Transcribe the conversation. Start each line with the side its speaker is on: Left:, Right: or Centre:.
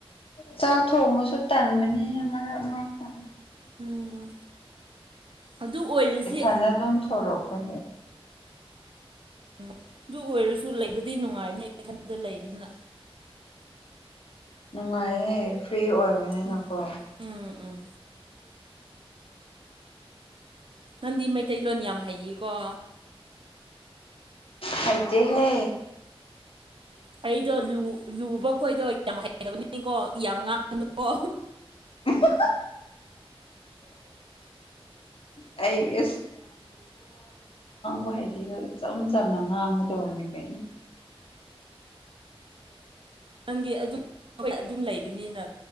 Left: ꯆꯥꯛ ꯊꯣꯡꯕꯁꯨ ꯇꯟꯕꯅꯤ ꯃꯔꯛ ꯃꯔ
Right: ꯎꯝ ꯑꯗꯨ ꯑꯣꯏꯜꯁꯤ
Left: ꯏꯊꯟꯗ ꯑꯗꯨꯝ ꯊꯣꯔꯛꯄꯒꯤ
Right: ꯎꯝ ꯑꯗꯨ ꯑꯣꯏꯔꯁꯨ ꯂꯩꯕꯗꯤ ꯅꯨꯡꯉꯥꯏꯕꯅꯦ ꯏꯊꯟꯗ ꯂꯩꯕꯗꯅ
Left: ꯅꯨꯡꯉꯥꯏꯌꯦꯦ ꯐ꯭ꯔꯤ ꯑꯣꯏꯕꯅꯤꯅꯀꯣ
Right: ꯎꯝ ꯎꯝ ꯎꯝ ꯅꯪꯗꯤ ꯃꯩꯇꯩꯂꯣꯟ ꯌꯥꯝ ꯍꯩꯌꯦꯀꯣ
Left: ꯍꯥꯏꯗꯤ ꯍꯦ
Right: ꯑꯩꯗꯣ ꯂꯨꯕ ꯈꯣꯏꯗꯣ ꯌꯥꯝ ꯍꯩꯅꯅꯕꯅꯤꯅꯦꯀꯣ ꯌꯥꯝ ꯉꯥꯡꯉꯅꯨꯀꯣ
Left: <inaudible> ꯑꯩ ꯋꯥ ꯍꯥꯏꯩꯗꯤꯒ ꯏꯆꯝ ꯆꯝꯅ ꯉꯥꯡꯒꯗꯧꯕꯅꯦ ꯀꯩꯅꯣ
Right: ꯅꯪꯗꯤ ꯑꯗꯨꯝ ꯑꯗꯨꯝ ꯂꯩꯕꯅꯤꯅ